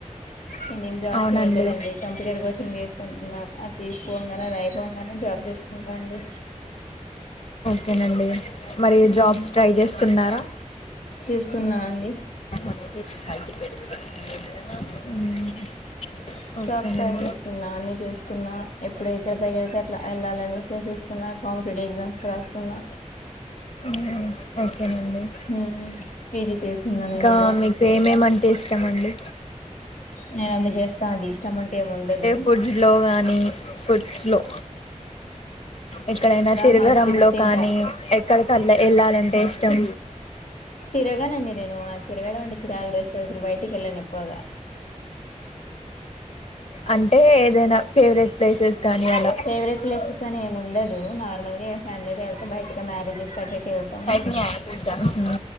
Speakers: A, on the left (about 80°); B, on the left (about 55°).
A: నేనేం జాబ్
B: అవునండి
A: చేయలేదండి కంపెనీలు గుడ్ చెప్ తీసుకుంటున్నారు అది తీస్కొంగానే అది అయిపొంగనే జాబ్ తెచ్చుకుంట అండి
B: కేనండి మరి
A: ఉమ్
B: జాబ్స్ ట్రై చేస్తున్నారా
A: చేస్తున్నా అండి
B: మ్మ్ ఓకేనండి
A: జాబ్స్ ఫ్రై చేస్తున్నా నిజ చూస్తున్నా ఎప్పుడైతే ఆదాయుంటే అట్లా ఏళ్లాలని సేసేస్తున్న కాంపిటీటివ్ ఎగ్జామ్స్ రా స్తున్న
B: మ్మ్. ఓకేనండి
A: మ్మ్ పీజీ చేస్తున్న నేన్
B: ఆ మీకేమేమంటే ఇష్టమండి
A: నెన్నన్ని జేస్త అండి ఇష్టం అంట ఎమ్ముండదు
B: ఫుడ్స్లో కానీ ఫుడ్స్లో ఎక్కడైనా తిరగరంలో
A: హాట్ ఫుడ్స్ తింటా
B: కానీ ఎక్కడిక్కల్ల ఏళ్ళాలంటే ఇష్టం
A: తిరగానండి నేను ఆ తిరగడం అండి చిరాగులేస్తాద్ అస్సల్ బాయిటికి ఏళను ఎక్కువగా
B: అంటే ఏదైనా ఫేవరెట్ ప్లేసెస్ కానీ అలా
A: ఫేవరెట్ ప్లేసెస్ అని ఏమి ఉండదు నార్మల్ గా ఫ్యామిలీ బయటగా మ్యారేజెస్ అట్టు ఇట్టు వెళ్తాము
B: మ్మ్.